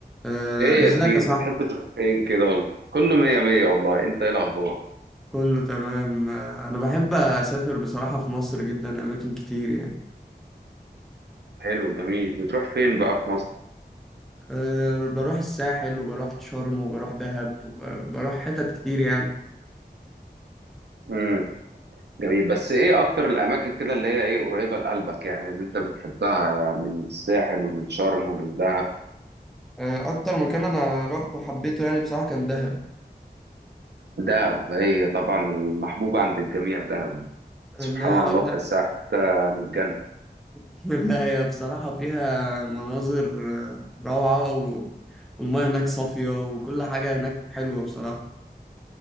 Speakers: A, in the centre; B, on the right.
A: آه،
B: ايه
A: ازيك
B: يا كبير
A: يا صاحبي
B: بتحب تروح فين كده ولا كله مية مية والله انت ايه الاخبار
A: كله تمام آه، انا بحب اسافر بصراحة في مصر جدا اماكن كتير يعني
B: حلو جميل بتروح فين بقى في مصر
A: أه بروح الساحل وبروح شرم وبروح دهب وبروح حتت كتير يعني
B: امم جميل بس ايه اكتر الاماكن كده اللي هي ايه قريبة لقلبك يعني اللي انت بتحبها من الساحل ومن شرم ومن دهب
A: أه اكتر مكان انا روحته وحبيته يعني بصراحة كان دهب
B: دهب هي طبعا المحبوبة عند الجميع دهب سبحان
A: انها
B: الله
A: لا
B: تحسها حتة من الجنة
A: <laughs> لا هي بصراحة فيها مناظر آه، روعة و- والمياه هناك صافية وكل حاجة هناك حلوة بصراحة